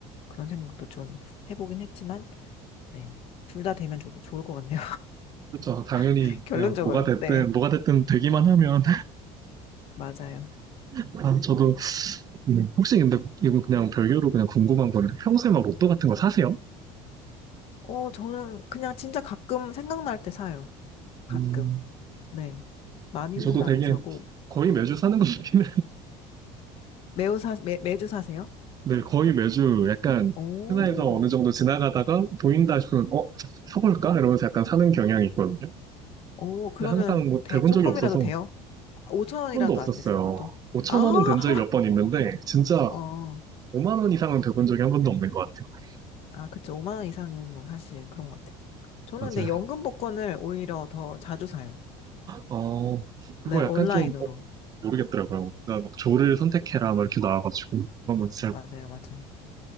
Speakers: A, on the left (about 45°); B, on the right (about 30°).
A: 그런 생각도 좀 해보긴 했지만, 네. 둘 다 되면 좋, 좋을 것 같네요.
B: 그렇죠. 당연히
A: <laughs> 결론적으로는.
B: 그냥 뭐가 됐든,
A: 네.
B: 뭐가 됐든 되기만 하면.
A: 맞아요.
B: <laughs> 아, 저도, 음, 혹시 근데 이건 그냥 별개로 그냥 궁금한 건는 평소에 막 로또 같은 거 사세요?
A: 어, 저는 그냥 진짜 가끔 생각날 때 사요. 가끔.
B: 음,
A: 네. 많이는
B: 저도
A: 안
B: 되게
A: 사고,
B: 거의 매주 사는 것 같긴
A: 매우 사, 매, 매주 사세요?
B: 네, 거의 매주 약간
A: 오,
B: 하나에서 어느 정도 지나가다가 보인다 싶으면 어? 사볼까? 이러면서 약간 사는 경향이 있거든요.
A: 오, 그러면
B: 근데 항상 뭐
A: 대,
B: 대본
A: 조금이라도
B: 적이 없어서
A: 돼요?
B: 한
A: 5천 원이라도
B: 번도 없었어요.
A: 안 되세요, 보통?
B: 5천
A: 아,
B: 원은 된
A: <laughs>
B: 적이 몇 번 있는데 진짜
A: 하, 어,
B: 5만 원 이상은 돼본 적이 한 번도 없는 것 같아요.
A: 아, 그쵸. 5만 원 이상은 뭐 사실 그런 것 같아요. 저는
B: 맞아요.
A: 근데 연금 복권을 오히려 더 자주 사요.
B: 어, 그거
A: 네,
B: 약간
A: 온라인으로.
B: 좀 어, 모르겠더라고요. 나막 조를 선택해라 막 이렇게 나와가지고 한번 진짜
A: 맞아요, 맞아요.